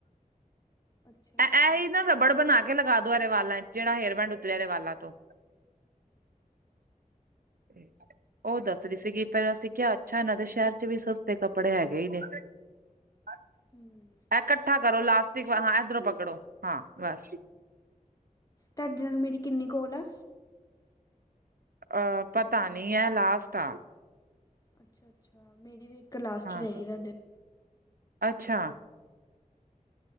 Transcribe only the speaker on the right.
ਇਹ ਹੀ ਨਾ ਰਬੜ ਬਣਾ ਕੇ ਲਗਾ ਦਿਓ ਇਹਦੇ ਵਾਲਾਂ 'ਚ, ਜਿਹੜਾ ਹੈਅਰਬੈਂਡ ਉਤਰਿਆ ਇਹਦੇ ਵਾਲਾਂ ਤੋਂ। <inaudible> ਉਹ ਦੱਸ ਰਹੀ ਸੀਗੀ, ਫੇਰ ਅਸੀਂ ਕਿਆ, ਅੱਛਾ! ਇਹਨਾਂ ਦੇ ਸ਼ੇਹਰ 'ਚ ਵੀ ਸਸਤੇ ਕਪੜੇ ਹੈਗੇ ਹੀ ਨੇ। <unintelligible>
ਐ ਕੱਠਾ ਕਰੋ ਲਾਸਟਿਕ ਵਾ। ਹਾਂ, ਏਧਰੋਂ ਪਕੜੋ। ਹਾਂ, ਬਸ।
ਅ ਪਤਾ ਨੀ ਐ ਲਾਸਟ ਆ।
ਹਾਂ
ਅੱਛਾ।